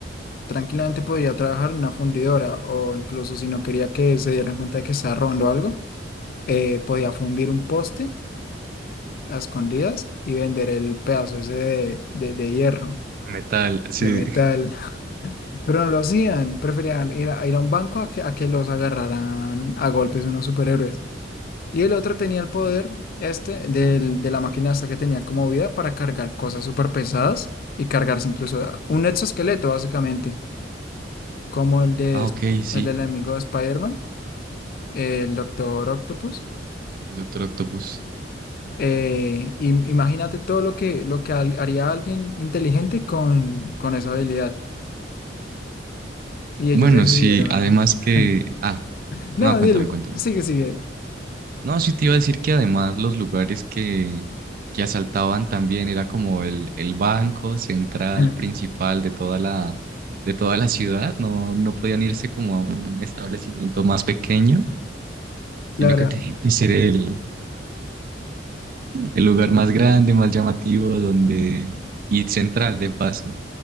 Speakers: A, on the left; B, on the right.
A: Tranquilamente podría trabajar en una fundidora o incluso si no quería que se dieran cuenta de que estaba robando algo, eh, podía fundir un poste a escondidas y vender el pedazo ese de, de- de hierro,
B: metal, sí.
A: de metal. Pero no lo hacían, preferían ir a, ir a un banco a que, a que los agarraran a golpes unos superhéroes. Y el otro tenía el poder, este, del, de la máquina esta que tenía como vida para cargar cosas súper pesadas y cargarse incluso un exoesqueleto, básicamente, como el de,
B: Ah, ok, sí,
A: el del enemigo de Spider-Man, el Doctor Octopus
B: el Doctor Octopus.
A: Eh, im- imagínate todo lo que, lo que al- haría alguien inteligente con, con esa habilidad. Y ellos
B: Bueno,
A: decidieron.
B: sí, además que...
A: <laughs>
B: Ah,
A: No,
B: no, cuéntame,
A: dile,
B: cuéntame.
A: sigue, sigue.
B: No, sí te iba a decir que además los lugares que, que asaltaban también era como el, el banco central
A: <laughs>
B: principal de toda la, de toda la ciudad. No, no podían irse como a un establecimiento más pequeño, sino
A: Claro.
B: que tenía que ser el, el lugar más grande, más llamativo, donde, y central de paso.